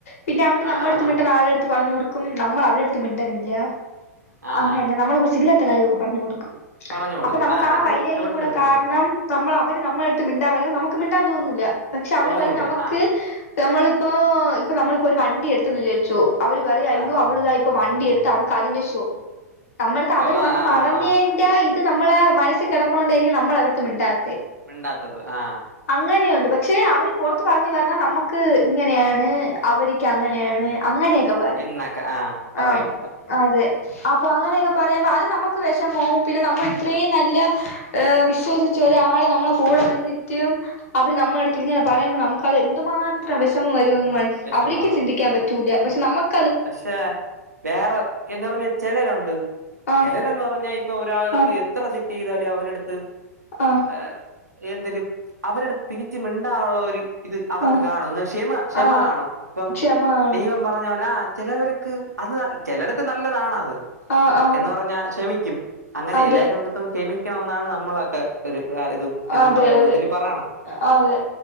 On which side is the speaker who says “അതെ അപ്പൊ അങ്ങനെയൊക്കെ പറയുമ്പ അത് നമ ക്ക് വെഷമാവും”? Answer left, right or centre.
Left